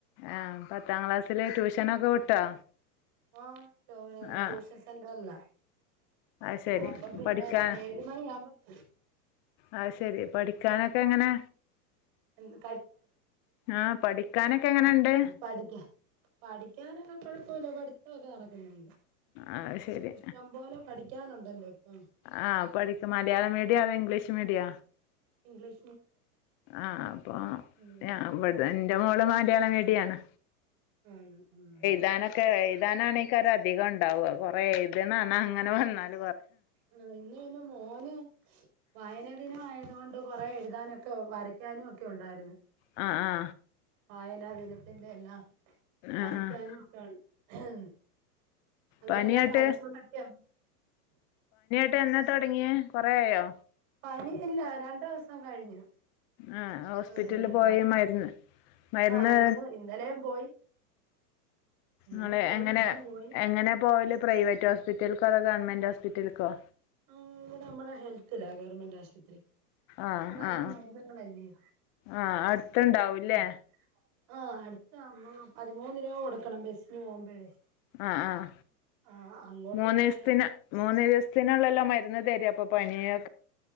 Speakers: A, on the left; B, on the right.
A: ആ പത്താം ക്ലാസ്സില് ട്യൂഷനൊക്കെ വിട്ടോ
B: ആ
A: ആഹ്
B: ട്യൂഷൻ സെന്റർ അല്ല
A: അത് ശരി
B: അപ്പൊ പിന്നെ
A: പഠിക്കാൻ
B: ഏഴു മണി ആവുമ്പോ പോകും
A: ആ ശരി പഠിക്കാനൊക്കെ എങ്ങനെ
B: എന്ന്
A: ആഹ പഠിക്കാനൊക്കെ എങ്ങനെയുണ്ട്
B: പഠിക്കാ പഠിക്കാനൊക്കെ കൊഴപ്പമില്ല പഠ ഇതൊക്കെ നടക്കുന്നുണ്ട്
A: അ ശരി
B: ഇഷ്ടം പോലെ പഠിക്കാനുണ്ടല്ലോ ഇപ്പം
A: ആഹ പഠിക്ക മലയാള മീഡിയ അതോ ഇംഗ്ലീഷ് മീഡിയ
B: ഇംഗ്ലീ്
A: ആഹ അപ്പൊ
B: ഉം
A: ഞ അവിടെന്നെ എറെ മോള് മാന്യാളം വേടിയാണ്
B: ആന്ന് ആഹ്
A: താനക്ക ണ അധികം ഉണ്ടാവുക കൊറ ഇാണ് അങ്ങനെ വന്നാല
B: ആ ഇന്ന് പിന്നെ മോന് വായനദിന ആയ അതുകൊണ്ട് കുറെ എഴുതാനൊക്കെ വരയ്ക്കാനും ഒക്കെ ഉണ്ടായിരുന്നു
A: ആ ആ
B: വായനാവിന ന്റെ എല്ലാം വരയ്ക്കാനും
A: ആഹ് ആഹ്
B: ഒക്കെയാണ് ഉഹ അങ്ങനെല്ലാം
A: പനിയായിട്ട്
B: മരച്ചുകൊണ്ടൊക്കെയ
A: പിന്നെ ത തുടങ്ങിയ കൊറയോ
B: പനി ഇല്ല രണ്ടു ദിവസം കഴിഞ്ഞു
A: ആ ഹോസ്പിറ്റലില്
B: ആഹ് എല്ലാം
A: പോയി മരുന്ന് മരുന്ന്
B: ആഹ് ഇന്ന് ഇന്നലെയും പോയി ഇന്നലെ
A: നിങ്ങെ
B: പോയി
A: എങ്ങനെ
B: ഇന്ന് പോയി
A: എങ്ങനെ പോയലും പ്രൈവറ്റ് ഹോസ്പിറ്റൽക്കോ അതോ ഗവൺമെന്റ് ഹോസ്പിറ്റലക്കോ
B: ഇ നമ്മുടെ ഹെൽത്തില്ല ഗവൺമെന്റ് ആശുപത്രി
A: ആഹ്
B: ഇപ്പൊ നല്ല
A: ആഹ്
B: മരുന്നുകളല്ലയോ
A: ആഹ് അടുത്തുണ്ടാവൂല്ലേ
B: ആ ആ അടുത്ത പതിമൂന്ന് രൂപ കൊടുക്കണം ബസിന് പോകുമ്പോഴേ
A: ആഹ ആഹ
B: ആഹ് അങ്ങോട്ട്
A: മൂന്ന്
B: പിന്നെ
A: ദിവസത്തിന് മൂന്ന് ദിവസത്തിനുള്ളെല്ലോ മ അ തരി അപ്പൊ പനിയൊ